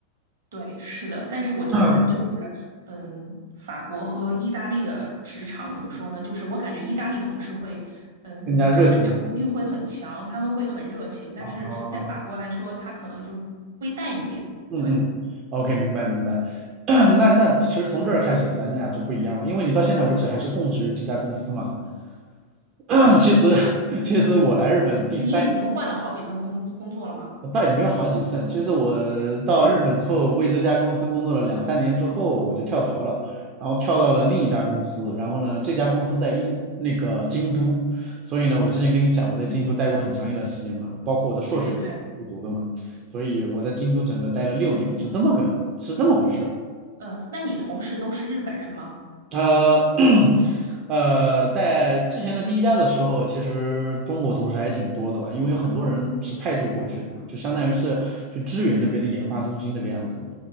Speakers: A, on the right; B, on the right.
A: 对，是的，但是我觉得就是，
B: 嗯
A: 嗯，法国和意大利的职场怎么说呢？就是我感觉意大利同事会，嗯，
B: 更加热情一点
A: 他们的表达欲会很强，他们会很热情，但是在法国来说，
B: 啊。
A: 他可能就是会淡一点。
B: 嗯嗯，OK，
A: 对。
B: 明白明白。<coughs> <clears throat> 那那其实从这儿开始咱俩就不一样了，因为你到现在为止还是供职于这家公司嘛。<coughs> <clears throat> 其实
A: 嗯，
B: 其实我来日本第三
A: 你你已经换了好几份工工作了吗？
B: 倒也没有好几份。其实我到日本之后，为这家公司工作了两三年之后，我就跳槽了，然后跳到了另一家公司。然后呢，这家公司在英那个京都，所以呢，我之前跟你讲我在京都待过很长一段时间嘛，包括我的硕士也是京都读的嘛，
A: 对对对，
B: 所以我在京都整个待了六年，是这么个是这么回事儿。
A: 嗯、呃那你同事都是日本人吗？
B: 呃，<clears throat> 呃，在之前的第一家的时候，其实中国同事还挺多的吧，因为有很多人是派驻过去的嘛，就相当于是去支援那边的研发中心这个样子。